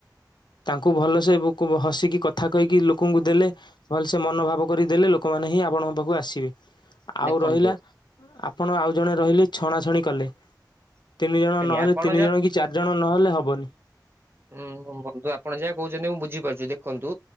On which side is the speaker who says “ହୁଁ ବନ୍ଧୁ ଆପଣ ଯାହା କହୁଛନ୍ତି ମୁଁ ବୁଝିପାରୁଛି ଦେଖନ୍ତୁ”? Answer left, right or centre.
Right